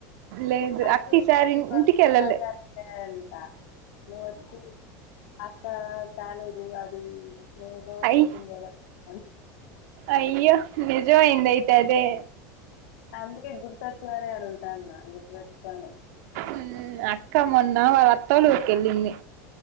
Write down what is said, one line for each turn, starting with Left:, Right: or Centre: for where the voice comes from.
Right: లేదు
Left: అందు
Right: అక్క ఈసారి
Left: పిపరిస్తే
Right: ఇంటికి వెళ్ళలే
Left: సర్ధార్ ఎంత నువ్ వచ్చి అక్క తాలేదు అది లేదో
Right: అయ్యి
Left: సంకింగ్ గదా ఆన్
Right: అయ్యో నిజం అయింది అయితే అదే
Left: అందుకే గుర్తొచ్చి మరీ అడుగుతన్నా గుర్తు వేట్టుకొని
Right: ఉహ్ అక్క మొన్న వాళ్ళ అత్తోలూరికి ఏళ్ళింది.